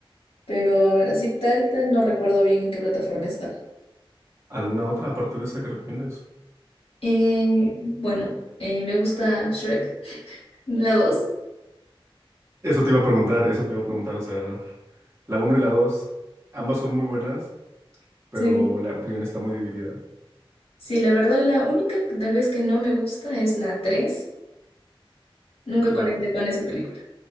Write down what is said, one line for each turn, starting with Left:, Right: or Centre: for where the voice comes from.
Left: pero a ver, así tal, tal, no recuerdo bien en qué plataforma está.
Right: ¿Alguna otra aparte de esa que recomiendas?
Left: Eh, bueno, eh, me gusta Shrek, <laughs> la dos,
Right: Eso te iba a preguntar, eso te iba a preguntar. O sea, la uno y la 2 ambas son muy buenas, pero
Left: Sí.
Right: la opinión está muy dividida.
Left: Sí, la verdad, la única que tal vez que no me gusta es la 3. Nunca
Right: La,
Left: conecté con esa película.